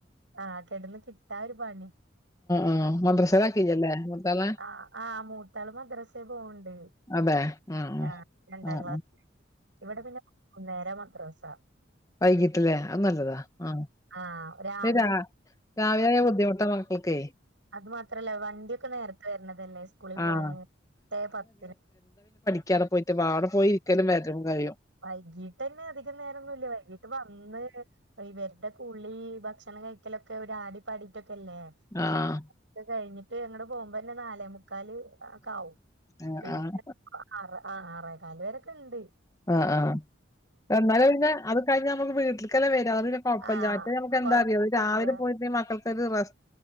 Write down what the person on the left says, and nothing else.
ആഹ് മദ്രസേലാക്കില്ലല്ലേ മൂത്താളെ?
അതെ ആഹ്
ആഹ്
വൈകിട്ട് ലേ അത് നല്ലതാ ആ
രാ രാവിലായ ബുദ്ധിമുട്ട മക്കൾക്കേ
ആഹ്
ക്യടെ പോയ്ട്ട് വാട പോയിര്ക്കലും വരലും കഴിയും
ആഹ്
ആഹ്
ആഹ്
ആഹ ആഹ എന്നാല് പിന്നെ അത് കഴിഞ്ഞ നമുക്ക് വീട്ടിൽക്കല്ലെ വര അത് പിന്നെ കൊഴപ്പല്ല
മറ്റെ മക് എന്താറിയൊ
രാവിലെ പോയിട്ടെ മക്കൾ തത് പർ